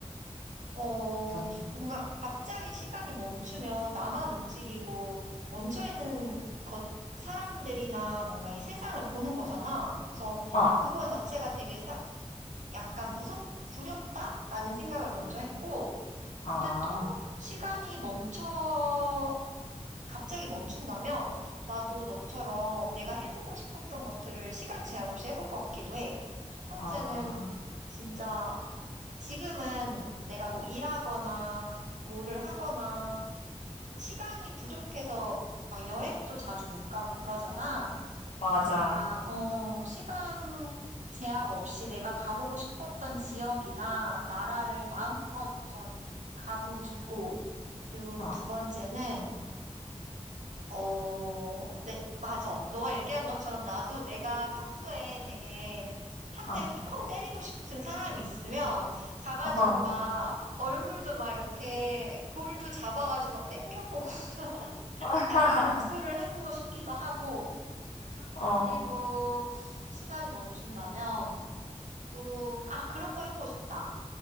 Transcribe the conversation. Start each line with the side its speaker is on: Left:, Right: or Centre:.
Right: 어,
Left: 넌
Right: 뭔가 갑자기 시간이 멈추면 나만 움직이고 멈춰있는 것, 사람들이나 뭔가 이 세상을 보는 거잖아. 그래서
Left: 어,
Right: 그거 자체가 되게 사- 약간 무섭, 두렵다라는 생각을 먼저 했고,
Left: 아,
Right: 근데 또 시간이 멈춰 갑자기 멈춘다면 나도 너처럼 내가 해보고 싶었던 것들을 시간 제약 없이 해볼 것 같기도 해. 첫 번째는
Left: 아,
Right: 진짜 지금은 내가 뭐 일하거나 뭐를 하거나 시간이 부족해서 막 여행도 자주 못 가고 그러잖아.
Left: 맞아.
Right: 그러니까, 어, 시간 제약 없이 내가 가보고 싶었던 지역이나 나라를 마음껏 우선 가보고 싶고, 그리고
Left: 어,
Right: 두 번째는 어, 네, 맞아. 너가 얘기한 것처럼 나도 내가 평소에 되게 한
Left: 어,
Right: 대 콩 때리고 싶은 사람이 있으면 가가지고
Left: 어,
Right: 막 얼굴도 막 이렇게 볼도 잡아가지고 막 땡겨보고 <laughs>
Left: <laughs>
Right: 약간 복수를 해보고 싶기도 하고
Left: 어,
Right: 그리고 시간이 멈춘다면 또, 아, 그런 거 해보고 싶다.